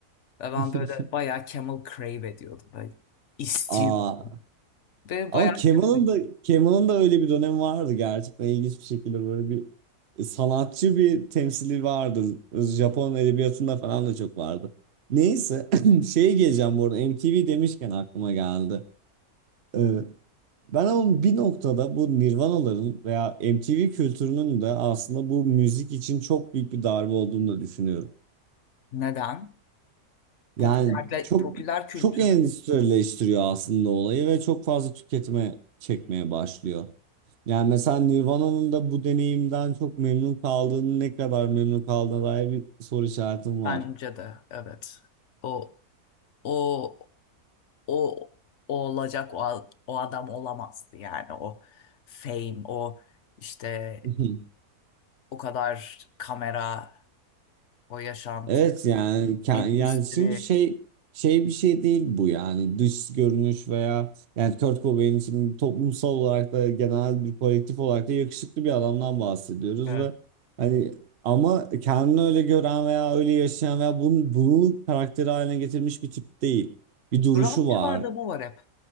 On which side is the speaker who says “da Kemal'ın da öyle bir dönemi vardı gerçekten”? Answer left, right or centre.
Right